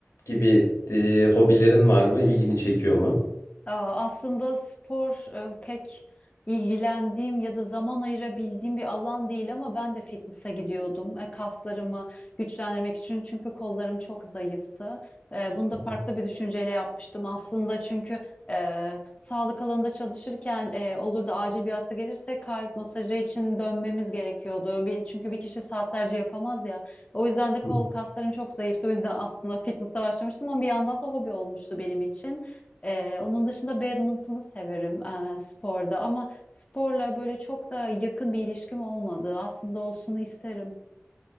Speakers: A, on the left; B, on the left.
A: gibi e, hobilerin var mı? İlgini çekiyor mu?
B: Aa, Aslında spor e, pek ilgilendiğim ya da zaman ayırabildiğim bir alan değil ama ben de fitness'a gidiyordum. E, Kaslarımı güçlendirmek için çünkü kollarım çok zayıftı. E, Bunu da
A: Hı
B: farklı bir düşünceyle yapmıştım aslında çünkü e, sağlık alanında çalışırken e, olur da acil bir hasta gelirse kalp masajı için dönmemiz gerekiyordu. Bir, çünkü bir kişi saatlerce yapamaz ya. O yüzden de kol
A: hı.
B: kaslarım çok zayıftı. O yüzden aslında fitness'a başlamıştım ama bir yandan da hobi olmuştu benim için. Ee, onun dışında badminton'u severim ee, sporda ama sporla böyle çok da yakın bir ilişkim olmadı. Aslında olsun isterim.